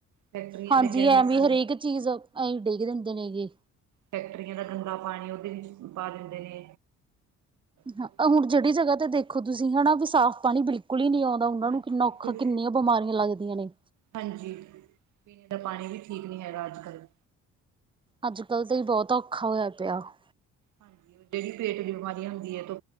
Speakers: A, on the right; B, on the right.
A: ਫੈਕਟਰੀਆਂ
B: ਹਾਂਜੀ
A: ਦੇ ਕੈਮੀਕਲ।
B: ਐਵੇਂ ਹਰੇਕ ਚੀਜ਼ ਆ ਈ ਡਿੱਗ ਦਿੰਦੇ ਨੇਗੇ।
A: ਫੈਕਟਰੀਆਂ ਦਾ ਗੰਦਾ ਪਾਣੀ ਉਹਦੇ ਵਿੱਚ ਪਾ ਦਿੰਦੇ ਨੇ। ਲੋਕੀ
B: ਹਾਂ ਹੁਣ ਜਿਹੜੀ ਜਗ੍ਹਾ ਤੇ ਦੇਖੋ ਤੁਸੀਂ ਹਨਾ ਵੀ ਸਾਫ਼ ਪਾਣੀ ਬਿਲਕੁਲ ਹੀ ਨਹੀਂ ਆਉਂਦਾ। ਤਾਂ ਉਹਨਾਂ
A: ਹਾਂਜੀ
B: ਨੂੰ ਕਿੰਨਾ
A: ਬਿਲਕੁਲ
B: ਔਖਾ ਕਿੰਨੀਆਂ ਬਿਮਾਰੀਆਂ ਲੱਗਦੀਆਂ ਨੇ।
A: ਹਾਂਜੀ ਪੀਣ ਦਾ ਪਾਣੀ ਵੀ ਠੀਕ ਨਹੀਂ ਹੈਗਾ ਅੱਜ ਕੱਲ।
B: ਅੱਜ ਕੱਲ੍ਹ ਤੇ ਜੀ ਬਹੁਤ ਔਖਾ ਹੋਇਆ ਪਿਆ ਹੈ।
A: ਹਾਂਜੀ ਜਿਹੜੀ ਪੇਟ ਦੀ ਬਿਮਾਰੀ ਹੁੰਦੀ ਹੈ ਤੋ।